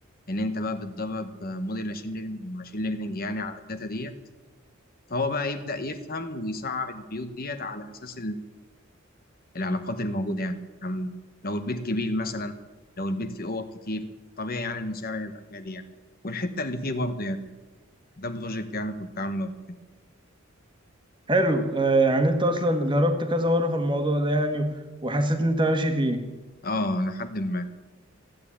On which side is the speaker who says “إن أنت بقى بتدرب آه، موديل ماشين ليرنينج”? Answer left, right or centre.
Left